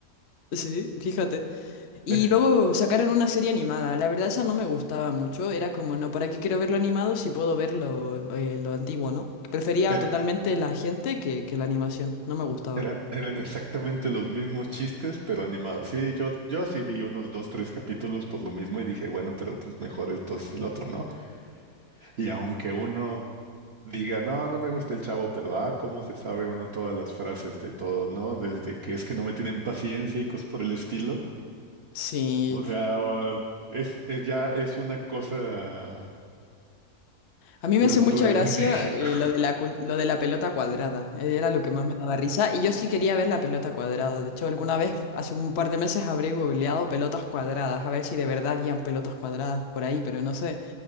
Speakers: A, on the left (about 50°); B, on the right (about 45°).
A: sí, fíjate. Y
B: es-
A: luego sacaron una serie animada. La verdad, esa no me gustaba mucho. Era como, no, ¿para qué quiero verlo animado si puedo verlo eh, lo antiguo, ¿no? Prefería
B: e-
A: totalmente la gente que, que la animación. No me gustaba.
B: eran, eran exactamente los mismos chistes, pero animados. Sí, yo, yo sí vi unos dos, tres capítulos por lo mismo y dije, bueno, pero pues mejor entonces el otro, ¿no? Y aunque uno diga, no, no me gusta el chavo, pero ah, cómo se sabe uno todas las frases de todo, ¿no? Desde que es que no me tienen paciencia y cosas por el estilo.
A: Sí,
B: O sea, es, es- ya es una cosa
A: a mí
B: cultural
A: me hace mucha gracia
B: en México.
A: eh, lo de la, cul- lo de la pelota cuadrada. eh, Era lo que más me daba risa. Y yo sí quería ver la pelota cuadrada. De hecho, alguna vez, hace un par de meses, habré googleado pelotas cuadradas. A ver si de verdad habían pelotas cuadradas por ahí, pero no sé.